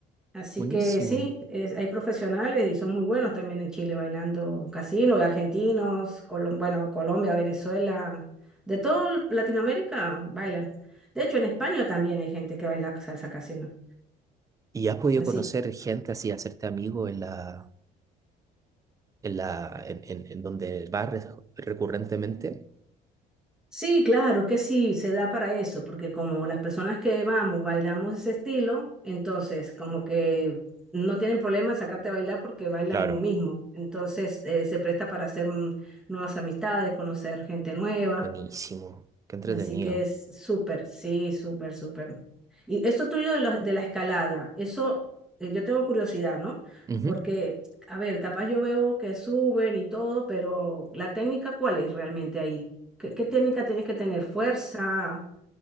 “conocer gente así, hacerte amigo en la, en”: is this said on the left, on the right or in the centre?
Right